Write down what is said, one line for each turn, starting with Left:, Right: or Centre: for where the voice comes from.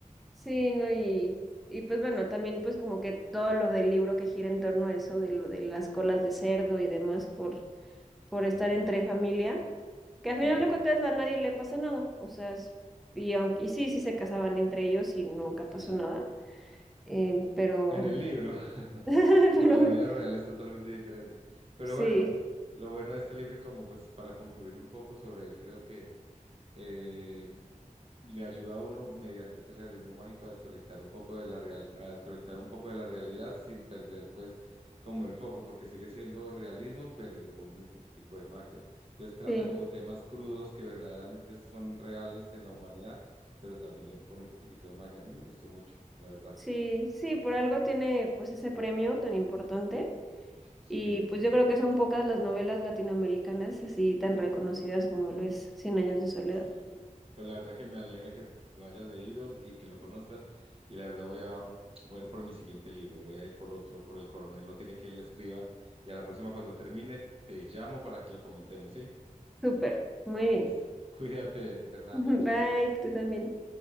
Centre: Sí, no, y, y pues bueno, también pues como que todo lo del libro que gira en torno a eso, de lo de las colas de cerdo y demás por, por
Right: Ujú.
Centre: estar entre familia, que al
Right: Sí,
Centre: final
Right: sí,
Centre: de
Right: sí.
Centre: cuentas a nadie le pasa nada, o sea, es- y, aunque, y sí, sí se casaban entre ellos y nunca
Right: Entonces,
Centre: pasó nada, eh, pero,
Right: en el libro, <laughs>
Centre: <laughs> pero
Right: pero en la vida real es totalmente diferente. Pero
Centre: sí,
Right: bueno, lo bueno de este libro y como pues para concluir un poco sobre él, creo que eh, le ayuda a uno mediante ese realismo mágico a desconectar un poco de la real, a desconectar un poco de la realidad sin perder pues como el foco, porque sigue siendo realismo, pero le pone un poquitico de magia. Entonces trata
Centre: sí,
Right: como temas crudos que verdaderamente son reales en la humanidad, pero también le pone un poquitico de magia. A mí me gustó mucho, la verdad.
Centre: sí, sí, por algo tiene pues ese premio tan importante.
Right: Sí,
Centre: Y
Right: el
Centre: pues
Right: premio
Centre: yo creo
Right: Nobel.
Centre: que son pocas las novelas latinoamericanas así tan reconocidas como lo es Cien años de soledad.
Right: Sí, pues la verdad que me alegra que lo hayas leído y que lo conozcas. Y la verdad voy a, voy a ir por mi siguiente libro, voy a ir por otro, por El Coronel no tiene quien le escriba. Y a la próxima cuando termine, te llamo para que lo comentemos, ¿sí?
Centre: Súper, muy bien.
Right: Listo. <laughs> Cuídate, Fernanda,
Centre: <laughs>
Right: chao.
Centre: Bye, tú también.